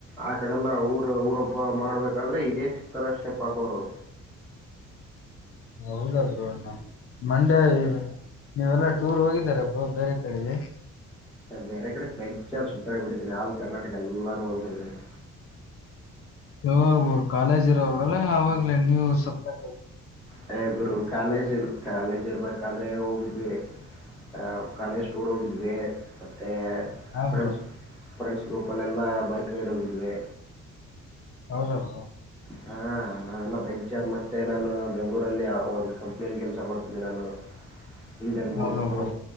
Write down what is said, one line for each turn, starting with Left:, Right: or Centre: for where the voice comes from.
Centre: ಆ ಕಡೆಲ್ಲ ಊರ ಊರೊಬ್ಬ ಮಾಡ್ಬೇಕಾದ್ರೆ ಇದೇ ತರ ಸ್ಟೆಪ್ ಹಾಕೋರು
Left: <unintelligible> ಹೌದಾ ಬ್ರೋ ನ ಮಂಡ್ಯ ನೀವೆಲ್ಲಾ ಟೂರ್ ಹೋಗಿದ್ದಾರಬ್ಬ ಬೇರೆ ಕಡೆಗೆ
Centre: ಬೇರೆ ಕಡೆ ಬಜ್ಜಾರ ಸುತ್ತಾ ಬಿಟ್ಟಿದ್ದೇನನೆ ಆಲ್ ಕರ್ನಾಟಕ ಎಲ್ಲಾನು ಹೋಗ್ ಬಂದಿದ್ದೇನಿ
Left: ಯಾಗರು ಕಾಲೇಜ್ ಇರೋಾಗಲ್ಲ ಆವಾಗ್ಲ ನೀವು ಸಬ್ಜಕ್ಟ್
Centre: ಹಏ ಗುರು ಕಾಲೇಜ್ ಇ ಕಾಲೇಜ್ ಇರ್ಬೇಕಾದ್ರೆ ಹೋಗಿದ್ವಿ ಆ ಖಾನೆ ಸ್ಟೋರ್ ಹೋಗಿದ್ವಿ ಮತ್ತೆ
Left: ಹಾ
Centre: ಫ್ರೆಂಡ್ಸ್
Left: ಬ್ರೋ
Centre: ಫ್ರೆಂಡ್ಸ್ ಗೋಪಲ್ ಎಲ್ಲಾ ಬೈಕ್ ರೈಡ್ ಹೋಗಿದ್ವಿ
Left: ಹೌದಾಗ
Centre: ಹಾ ನಾವೆಲ್ಲ ಬೇಜ ಜನ್ ಮತ್ತೆ ನಾನು ಬೆಂಗ್ಳೂರಲ್ಲಿ ಒಂದ್ ಕಂಪ್ನಿಯಲ್ಲಿ ಕೆಲಸ ಮಾಡ್ತಿದಿ ನಾನು
Left: <unintelligible>
Centre: ಇಂಡಿಯನ್ moon
Left: ಹೌದಾ ಬ್ರೋ